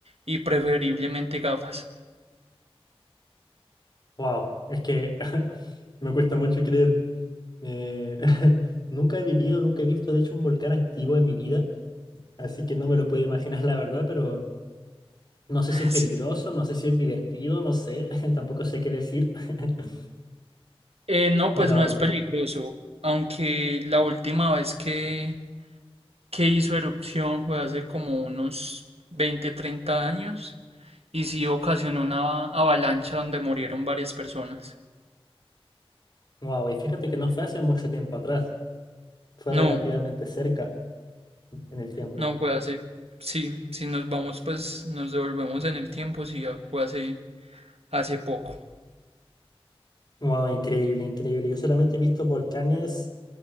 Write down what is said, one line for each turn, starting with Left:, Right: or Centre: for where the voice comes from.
Right: y preferiblemente gafas.
Left: Wow, es que <laughs> me cuesta mucho creer. Eh, <laughs> nunca he vivido, nunca he visto, de hecho, un volcán activo en mi vida. Así que no me lo puedo imaginar, la verdad, pero no sé
Right: <laughs>
Left: si es peligroso,
Right: Sí.
Left: no sé si es divertido, no sé, <laughs> tampoco sé qué decir. <laughs>
Right: Eh, no, pues
Left: Pero,
Right: no es peligroso, aunque la última vez que, que hizo erupción fue hace como unos 20 30 años y sí ocasionó una avalancha donde murieron varias personas.
Left: wow, y fíjate que no fue hace mucho tiempo atrás, fue
Right: No,
Left: relativamente cerca en el tiempo.
Right: no fue hace, sí, si nos vamos pues nos devolvemos en el tiempo, sí, ya fue hace hace poco.
Left: Wow, increíble, increíble. Yo solamente he visto volcanes